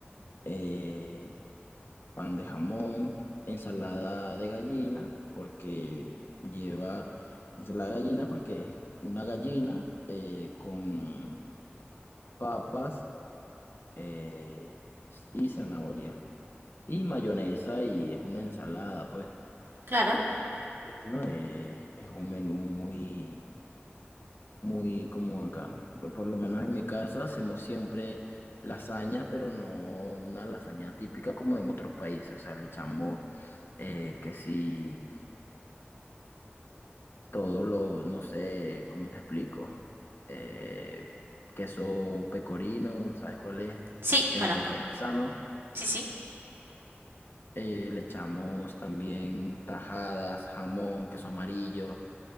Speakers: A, on the left; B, on the right.
A: eh, pan de jamón, ensalada de gallina, porque lleva ensalada de gallina porque es una gallina eh, con papas eh, y zanahoria y mayonesa y es una ensalada, pues.
B: claro.
A: Bueno, eh, es un menú muy, muy común acá. Yo, Por lo menos en mi casa hacemos siempre lasaña, pero no una lasaña típica como en otros países. O sea, le echamos eh, que sí todo lo, no sé, ¿cómo te explico? Eh, queso pecorino, ¿sabes cuál es?
B: Sí,
A: Eh,
B: conozco.
A: parmesano.
B: Sí, sí,
A: Eh, le echamos también tajadas, jamón, queso amarillo,